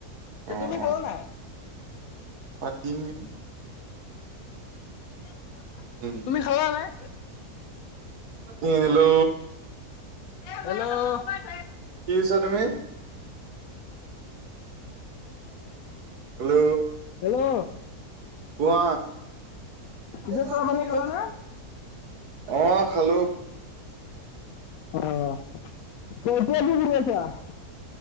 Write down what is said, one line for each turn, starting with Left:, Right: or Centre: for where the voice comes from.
Left: তে
Right: অ',
Left: তুমি খালা
Right: অ',
Left: নাই?
Right: <unintelligible>
Left: <inaudible>
Right: উম,
Left: তুমি খালা নাই?
Right: হেল্ল'।
Left: <unintelligible> হেল্ল।
Right: কি কৈছা তুমি? হেল্ল'।
Left: হেল্ল'।
Right: কোৱা
Left: পিছে
Right: <unintelligible>
Left: চাহ পানী খালা নে?
Right: অ খালো।
Left: অ এতিয়া কি কৰি আছা?